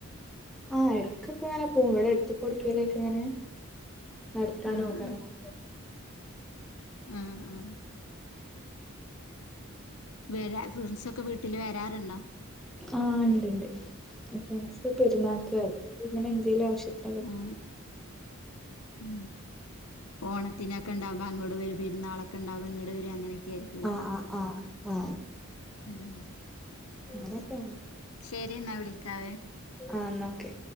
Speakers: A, in the centre; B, on the left.
A: ആ ഇടക്കൊക്കെ ങ്ങനെ പോം ഇവിടെ അടുത്ത എവിടുക്കക്കെങ്ങനെ നടക്കാനോ
B: ആഹ്
A: കറങ്ങാ
B: അ ആ വരാ ഫ്രണ്ട്സൊക്കെ വീട്ടില് വരാറുണ്ടോ
A: ആ ണ്ട് ണ്ട് ഫ്രണ്ട്സ് പെരുന്നാക്ക് വരും ഇങ്ങനെ എന്തേലും ആവശ്യത്തി
B: ആ ഉ ഓണത്തിനൊക്കെണ്ടാവുമ്പോ അങ്ങോട് വരും പെരുന്നാളൊക്കെണ്ടാവും ങ്ങട് വരും അങ്ങനെയൊക്കെയരിം
A: ആ ആ അ ആ
B: ഉം
A: അങ്ങനക്കെയാണ്
B: ശരിയെന്നാ വിളിക്കാവേ
A: ആ എന്നാക്കെ